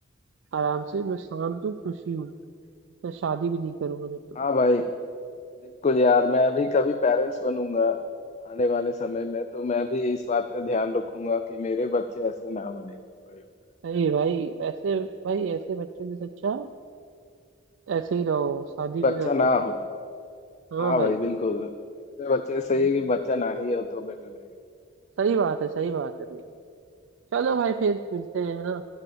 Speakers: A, on the right (about 70°); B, on the left (about 35°).
A: आराम से मैं शांत हूँ खुशी हूँ मैं शादी भी नहीं करूंगा नहीं तो
B: हाँ भाई बिल्कुल यार मैं अभी कभी पेरेंट्स बनूंगा आने वाले समय में तो मैं भी इस बात का ध्यान रखूंगा कि मेरे बच्चे ऐसे ना बने बड़े होकर
A: अरे भाई ऐसे भाई ऐसे बच्चों ने सच्चा ऐसे ही रहो शादी
B: कि बच्चा
A: भी ना
B: ना
A: करो
B: हो भाई
A: हाँ
B: हाँ
A: भाई
B: भाई बिल्कुल ऐसे बच्चे सही
A: भाई
B: है कि बच्चा ना ही हो तो बेटर रहेगा
A: सही बात है सही बात है भाई चलो भाई फिर मिलते हैं है ना